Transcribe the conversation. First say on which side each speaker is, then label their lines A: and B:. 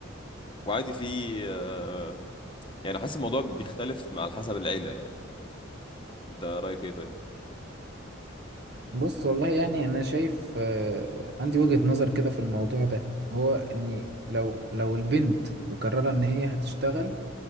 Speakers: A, on the left (about 25°); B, on the right (about 55°).
A: وعادي في آه، يعني حاسس الموضوع بيختلف مع على حسب العيلة يعني انت رأيك ايه طيب؟
B: بص والله يعني أنا شايف آه، عندي وجهة نظر كده في الموضوع ده هو إني لو لو البنت مقررة إن هي هتشتغل